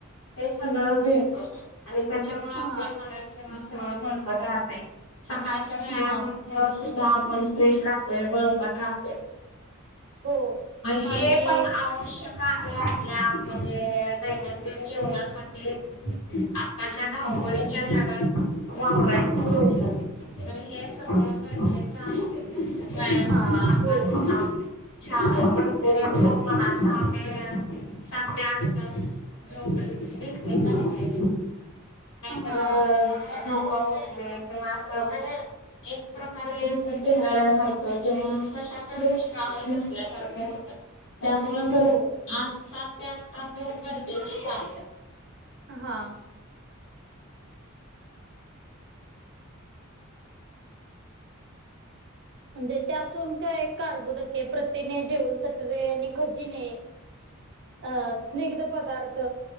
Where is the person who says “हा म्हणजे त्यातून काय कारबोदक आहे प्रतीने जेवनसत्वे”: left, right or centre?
Right